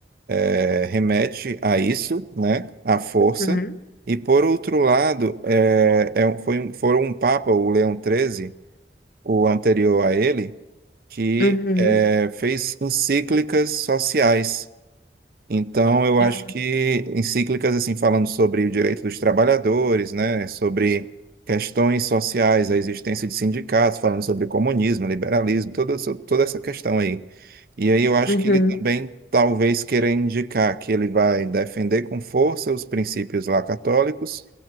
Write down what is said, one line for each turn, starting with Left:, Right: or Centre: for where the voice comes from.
Right: é, remete a isso, né, à força.
Left: Uhum.
Right: E por outro lado, é, é um- foi, um- foram um papa, o Leão XIII, o anterior a ele, que
Left: Uhum.
Right: é, fez encíclicas sociais. Então, eu
Left: Ah,
Right: acho que encíclicas, assim, falando sobre o direito dos trabalhadores, né, sobre questões sociais, a existência de sindicatos, falando sobre comunismo, liberalismo, toda, essa- toda essa questão aí. E aí eu acho
Left: uhum.
Right: que ele também talvez queira indicar que ele vai defender com força os princípios lá católicos